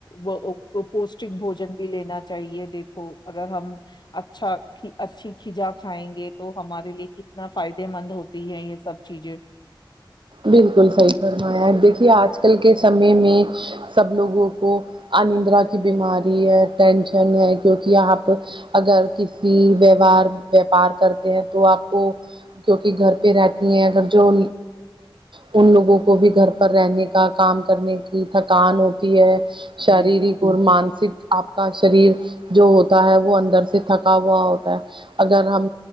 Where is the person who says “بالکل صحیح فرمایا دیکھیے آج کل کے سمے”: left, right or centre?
Right